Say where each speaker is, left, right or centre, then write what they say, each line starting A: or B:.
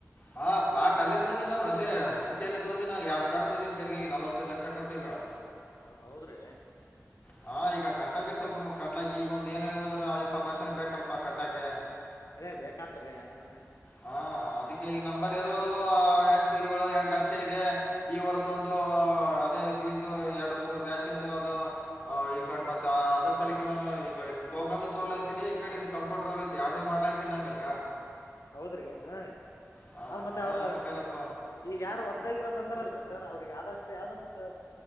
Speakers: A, on the left (about 25°); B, on the left (about 80°).
A: ಹಾ ಪ್ಲಾಟ್ ಅಲ್ಲೇ ತೋಂದೀನ್ನಿ ನಾನು ಅಲ್ಲೇ ಸಿಟಿಯಲ್ಲಿ ತೋಂದಿನ ಯಾಡ್ ಪ್ಲಾಟ್ ತೊಂದೀದ್ನಿ. ತಿರಗಿ ಈಗ ನಲವತ್ತೈದ ಲಕ್ಷಾ ಕೊಟ್ಟಿಗಾ.
B: ಓ ಹೌದ್ರೀ.
A: ಹಾ ಈಗ ಕಟ್ಟಾಕೆ ಸ್ವಲ್ಪ ಮತ್ ಕಟ್ಟಾಕೆ ಈಗ ಒಂದ್ ಏನ್ ಇಲ್ಲಾ ಅಂದ್ರೆ ಇಪ್ಪತ್ತ ಲಕ್ಷಾನೇ ಬೇಕಲ್ಪ ಕಟ್ಟಾಕೆ.
B: ಏ ಬೇಕಾತ್ ರೀ ಹಂಗಂದ್ರ ಹೆಂಗ್.
A: ಹಾ ಅದಕ್ಕೆ ಈಗ ನಂಬಲ್ಲಿರೋದು ಎಂಟು ಯೋಳು ಎಂಟು ಲಕ್ಷಾ ಇದೆ ಈ ವರ್ಸ ಒಂದು ಅದೇ. ಫಿಜು ಏರ್ಡ ಮೂರ್ ಬ್ಯಾಚಿಂದು ಅದು ಈಕಡ ಮತ್ತ. ತಾ ಅದ್ರ ಸಲಾಕೆಂದನ ಈಕಡೆ ಸ್ಪೋಕನ್ನೂ ತೋಲಾತೀನಿ ಈಕಡೆ ಇದ್ ಕಂಪ್ಯೂಟರ್ ವಿಥ್ ಯಾಡು ಮಾಡ್ಲಾತಿನ್ ನಾನೀಗ.
B: ಹೌದ್ರಿ ಹರಿ.
A: ಹಾ
B: ಅದ ಮತ್ತ
A: ಹಾ
B: ಅವ್ರ
A: ಅದಕ್ಕಲ್ಲಪ್ಪ
B: ಈಗ ಯಾರ್ ಹೊಸದಾಗಿರೋರ ಬಂದಾರಲ್ರಿ. ಸರ್ ಅವ್ರಿಗೆ ಆದಷ್ಟು ಯಾವ್ದನ ಒಂದ್